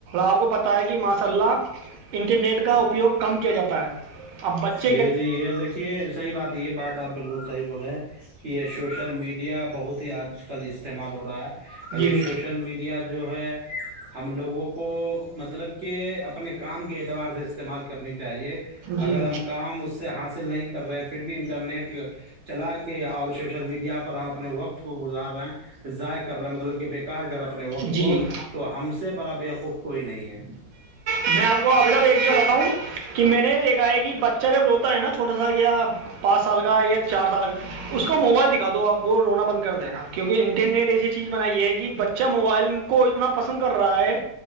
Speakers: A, on the right; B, on the right.
A: آپ کو پتہ ہے کہ ماشاء اللہ <inaudible> انٹرنیٹ کا اپیوگ کم کیا جاتا ہے <inaudible> ابچ <inaudible>
B: جی جی یہ دیکھیے صحیح بات یہ بات آپ بالکل صحیح بول رہے ہیں کہ یہ سوشل میڈیا بہت ہی آج کل استعمال ہو رہا ہے
A: جی
B: یہ سوشل میڈیا جو ہے ہم لوگوں کو مطلب کہ اپنے کام کے اعتبار سے استعمال کرنی چاہیے <inaudible> اگر
A: جی
B: ہم کام <inaudible> ہم اس سے حاصل نہیں کر رہے پھر بھی انٹرنیٹ چلا کے اور سوشل میڈیا پر ہم اپنے وقت کو گزار رہے ہیں ضائع کر رہے مطلب کہ بیکار کر رہے اپنے وقت
A: جی
B: کو تو ہم سے بڑا بیقوف کوئی نہیں ہے <inaudible>
A: میں آپ کو ابھی تک ایک چیز بتاتا ہوں کہ میں نے دیکھا ہے کہ بچہ جب روتا ہے نا چھوٹا سا یا پانچ سال کا یا چار سال کا اس کو موبائل دکھا دو آپ وہ رونا بند کر دے گا کیونکہ انٹرنیٹ ایسی چیز بنائی ہے کہ بچہ موبائل کو اتنا پسند کر <inaudible> رہا ہے